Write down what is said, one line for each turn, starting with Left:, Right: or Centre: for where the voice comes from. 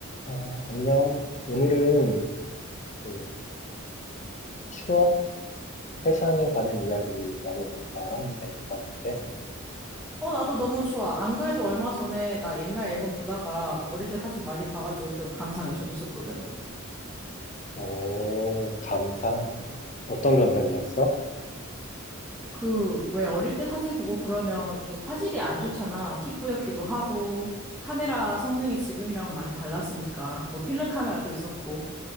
Left: 어, 안녕. 오늘은 그 추억 회상에 관한 이야기를 나눠볼까 하는데, 넌 어때?
Centre: 어, 나도 너무 좋아. 안 그래도 얼마 전에 나 옛날 앨범 보다가 어릴 때 사진 많이 봐가지고 좀 감상에 젖었었거든.
Left: 오, 감상. 어떤 감상이었어?
Centre: 그, 왜 어릴 때 사진 보고 그러면 좀 화질이 안 좋잖아. 희뿌옇기도 하고, 카메라 성능이 지금이랑은 많이 달랐으니까. 뭐 필름 카메라도 있었고.